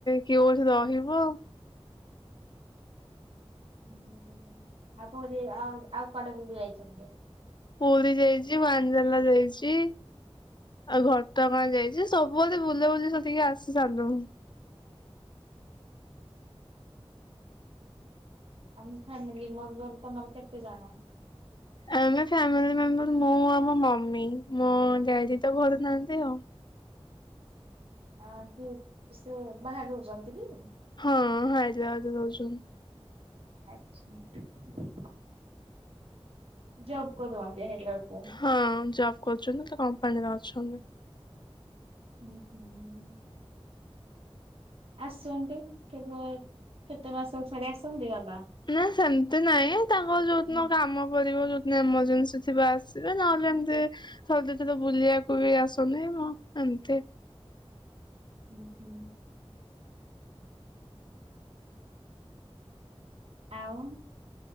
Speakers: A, on the left (about 45°); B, on the right (about 70°).
A: କିଏ କୋଉଠି ରହିବ
B: ହୁଁ ଆଉ ପୁରୀ ଆଉ ଆଉ କୁଆଡେ ବୁଲିଯାଇଛନ୍ତି?
A: ପୁରୀ ଯାଇଚି, ବାଞ୍ଜଲା ଯାଇଚି, ଆଉ ଘଟଗାଁ ଯାଇଚି। ସବୁବେଳେ ବୁଲା ବୁଲି କରିକି ଆସିସାରିଲୁଣି।
B: ଆମ ଫ୍ୟାମିଲି ମେମ୍ବର ତମର କେତେ ଜଣ?
A: ଆମେ ଫ୍ୟାମିଲି ମେମ୍ବର ମୁଁ ଆଉ ମୋ ମମି। ମୋ ଡ଼ାଡି ତ ଘରେ ନାହାନ୍ତି ଆଉ।
B: ଆ ଦ ସେ ବାହାରେ ରହୁଛନ୍ତି କି?
A: ହଁ ହାଇଦ୍ରାବାଦରେ ରହୁଛନ୍ତୀ।
B: ଆଛା। ଜବ କରୁଛନ୍ତି ହାଇଦ୍ରାବାଦରେ।
A: ହଁ ଜବ୍ କରୁଛନ୍ତି ତ କମ୍ପାନୀରେ ଅଛନ୍ତି।
B: ହୁଁ ହୁଁ। ଆସନ୍ତି କେବେ କେତେ ମାସରେ ଥରେ ଆସନ୍ତି ବାବା?
A: ନା ସେମିତି ନାଇଁ, ତାଙ୍କର ଯୋଉଦିନ
B: ହୁଁ
A: କାମ ପଡ଼ିବ ଯୋଉ ନା ଏମରଜେନ୍ସି ଥିବ ଆସିବେ ନହେଲେ ଏମତି ଥରେ ଦିଥର ବୁଲିବାକୁ ବି ଆସନ୍ତୀ ମ ଏମିତି।
B: ହୁଁ, ହୁଁ। ଆଉ